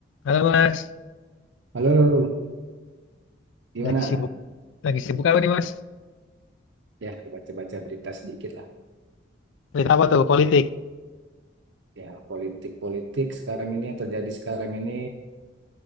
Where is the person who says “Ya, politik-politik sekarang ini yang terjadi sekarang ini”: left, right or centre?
Right